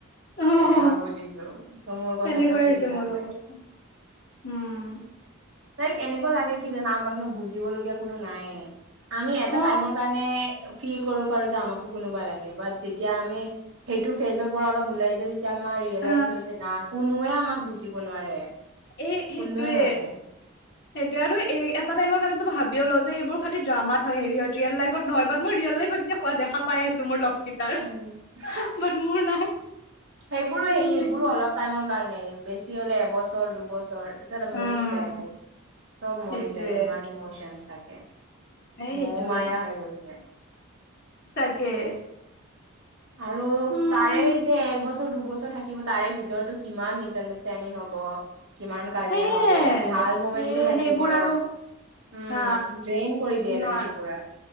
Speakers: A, on the left; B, on the right.
A: অ, অ,
B: এনেকুৱা কৈ দিছোঁ ত মোৰ কথাটো
A: সেনেকুৱাই
B: সুধি
A: হৈছে
B: লাভ
A: মোৰো
B: নাই।
A: অৱস্থা। উম
B: তাইক এনেকুৱা লাগে কি জানা আমাক ন বুজিব লগীয়া কোনো নাই। আমি এটা
A: অ,
B: টাইমৰ কাৰণে ফিল কৰিব পাৰোঁ যে আমাকো কোনোবা লাগে বাত যেতিয়া আমি সেইটো ফেজৰ পৰা অলপ ওলাই যাওঁ। তেতিয়া আমাৰ ৰিয়েলাইজ
A: আ,
B: হয় যে না কোনোৱে আমাক বুজিব নোৱাৰে।
A: এ সেইটোৱে।
B: কোনোৱে নোৱাৰে
A: সেইটোৱে আৰু এই এটা টাইমৰ কাৰণেতো ভাবিয়ও লওঁ যে এইবোৰ খালী ড্ৰামাত হয় হেৰি হয় ৰিয়েল লাইফত নহয় বাট মোৰ ৰিয়েল লাইফত পোৱা দেখা পাই আছোঁ মোৰ। লগৰ কিটাৰ
B: উম
A: বাত মোৰ নাই
B: সেইবোৰো সেইবোৰো
A: উম।
B: অলপ টাইমৰ কাৰণে বেছি হলে এবছৰ দুবছৰ। তাৰপিছত মৰি
A: উম,
B: যায় তাই চব
A: সেইটোৱে
B: মৰি যায় ইমান ইমচনচ থাকে।
A: এই
B: মোহ
A: সেইটোৱে
B: মায়া হৈ গৈছে।
A: তাকে।
B: আৰু
A: উম
B: তাৰেই যে এক বছৰ দুবছৰ থাকে। তাৰে ভিতৰতটো কিমান মিচ আণ্ডাৰষ্টেণ্ডিং হব। কিমান কাজিয়া
A: সেয়ে
B: হ'ব ভাল মমেন্টচো
A: সেই
B: থাকিব।
A: সেইবোৰ আৰু
B: উম
A: হা
B: ড্ৰেইন কৰি দিয়ে এনাৰ্জি
A: নোৱাৰ
B: বোৰ।